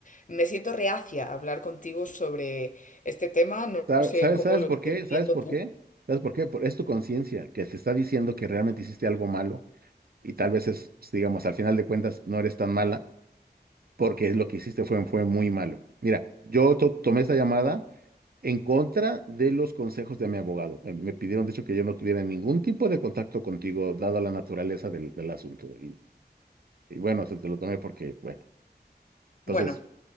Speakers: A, on the left; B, on the right.
A: me siento reacia a hablar contigo sobre este tema. No,
B: ¿sabe-
A: no sé
B: ¿sabes,
A: cómo
B: sabes
A: lo
B: por
A: estés
B: qué?
A: viviendo
B: ¿Sabes por
A: tú.
B: qué? ¿Sabes por qué? Por- es tu conciencia que te está diciendo que realmente hiciste algo malo y tal vez es, digamos, al final de cuentas no eres tan mala porque lo que hiciste fue, fue muy malo. Mira, yo to- tomé esta llamada en contra de los consejos de mi abogado. Eh, Me pidieron, de hecho, que yo no tuviera ningún tipo de contacto contigo, dada la naturaleza del, del asunto. Y, y bueno, se te lo tomé porque, bueno, entonces,
A: Bueno.